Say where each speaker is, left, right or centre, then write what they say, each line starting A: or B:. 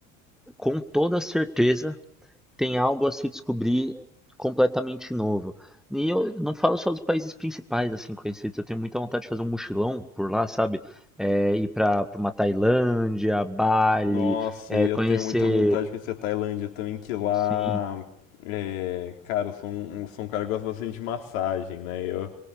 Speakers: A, in the centre; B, on the left (about 70°).
A: com toda certeza, tem algo a se descobrir completamente novo. E eu não falo só dos países principais, assim, conhecidos. Eu tenho muita vontade de fazer um mochilão por lá, sabe? É, ir para uma Tailândia, Bali,
B: Nossa,
A: é,
B: e eu
A: conhecer.
B: tenho muita vontade de conhecer a Tailândia também, que lá,
A: Sim.
B: é, cara, eu sou um, eu sou um cara que gosta bastante de massagem, né? Eu